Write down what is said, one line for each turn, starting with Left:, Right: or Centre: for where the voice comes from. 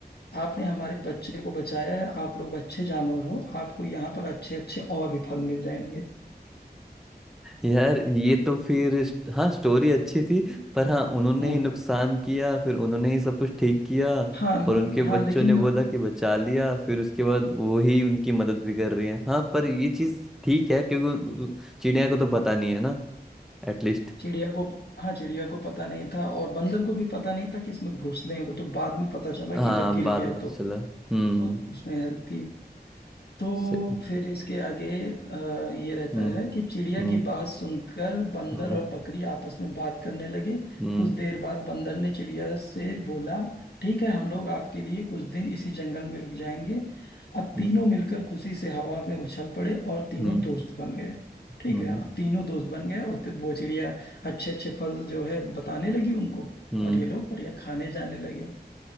Left: आपने हमारे बच्चे को बचाया है आप लोग अच्छे जानवर हो आपको यहाँ पर अच्छे अच्छे और भी फल मिल जाएंगे
Centre: यार ये तो फिर स्ट- हाँ स्टोरी अच्छी थी पर हाँ उन्होंने
Left: हम्म
Centre: ही नुकसान किया फिर उन्होंने ही सब कुछ ठीक किया
Left: हाँ ल-
Centre: और उनके
Left: हाँ
Centre: बच्चों
Left: लेकिन
Centre: ने बोला कि बचा लिया फिर उसके बाद वो ही उनकी मदद भी कर रही है हाँ पर ये चीज ठीक है क्योंकि उन- चिड़िया को तो पता नहीं है ना एटलीस्ट
Left: चिड़िया को हाँ चिड़िया को पता नहीं था और बंदर को भी पता नहीं था कि इसमें घोंसले हैं वो तो बाद में पता चला
Centre: हाँ
Left: कि जब गिर
Centre: बाद
Left: गया
Centre: में पता
Left: तो
Centre: चला हम्म
Left: तो उसने हेल्प की तो
Centre: सही
Left: फिर इसके आगे अ, ये रहता
Centre: हम्म
Left: है कि चिड़िया
Centre: हम्म
Left: की बात सुनकर बंदर
Centre: हम्म
Left: और बकरी आपस में बात करने लगे
Centre: हम्म
Left: कुछ देर बाद बंदर ने चिड़िया से बोला ठीक है हम लोग आपके लिए कुछ दिन इसी जंगल में रुक जाएंगे अब
Centre: हम्म
Left: तीनों मिलकर खुशी से हवा में उछल पड़े और तीनों
Centre: हम्म
Left: दोस्त बन गए ठीक
Centre: हम्म
Left: है अब तीनों दोस्त बन गए और तो वो चिड़िया अच्छे अच्छे फल जो है बताने लगी उनको
Centre: हम्म
Left: और ये लोग बढ़िया खाने जाने लगे